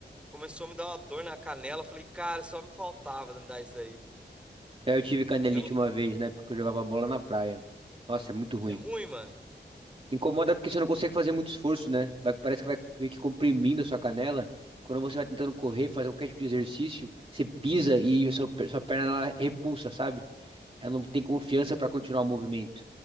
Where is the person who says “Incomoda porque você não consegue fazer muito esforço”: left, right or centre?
Right